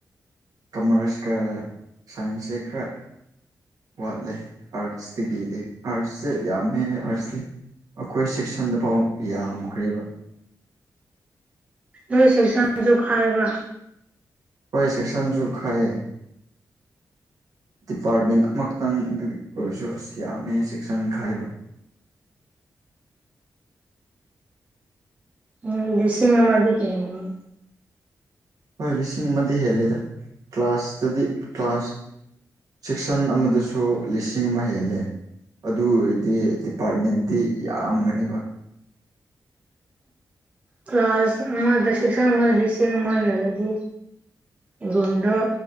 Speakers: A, on the right (about 60°); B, on the right (about 20°).
A: ꯀꯝꯃꯔꯁꯀ ꯁꯥꯏꯟꯁꯁꯦ ꯈꯔ ꯋꯥꯠꯂꯦ ꯑꯥꯔꯠꯁꯇꯒꯤꯗꯤ ꯑꯥꯔꯠꯁꯁꯦ ꯌꯥꯝꯃꯦ ꯑꯥꯔꯠꯁꯇꯤ ꯑꯈꯣꯏ ꯁꯦꯛꯁꯟꯗꯐꯥꯎ ꯌꯥꯝꯈ꯭ꯔꯦꯕ
B: ꯅꯣꯏ ꯁꯦꯛꯁꯟꯖꯨ ꯈꯥꯏꯕ꯭ꯔꯥ
A: ꯍꯣꯏ ꯁꯦꯛꯁꯟꯖꯨ ꯈꯥꯏꯌꯦ ꯗꯤꯄꯥꯔꯠꯃꯦꯟꯠ ꯑꯃꯈꯇꯪꯗꯗꯤ ꯑꯣꯏꯔꯁꯨ ꯑꯁ ꯌꯥꯝꯃꯦ ꯁꯦꯛꯁꯟ ꯈꯥꯏꯕ <inaudible>
B: ꯎꯝ ꯂꯤꯁꯤꯡ ꯑꯃꯗꯤ ꯍꯦꯟꯅꯤ
A: ꯍꯣꯏ ꯂꯤꯁꯤꯡ ꯑꯃꯗꯤ ꯍꯦꯜꯂꯦꯗ ꯀ꯭ꯂꯥꯁꯇꯗꯤ ꯀ꯭ꯂꯥꯁ ꯁꯦꯛꯁꯟ ꯑꯃꯗꯁꯨ ꯂꯤꯁꯤꯡ ꯑꯃ ꯍꯦꯜꯂꯦ ꯑꯗꯨ ꯑꯣꯏꯔꯗꯤ ꯗꯤꯄꯥꯔꯠꯃꯦꯟꯗꯤ ꯌꯥꯝꯒꯅꯤꯕ
B: ꯀ꯭ꯂꯥꯁ ꯑꯃꯗ ꯁꯦꯛꯁꯟ ꯑꯃꯗ ꯂꯤꯁꯤꯡ ꯑꯃ ꯂꯩꯔꯗꯤ ꯔꯨꯝꯗꯣ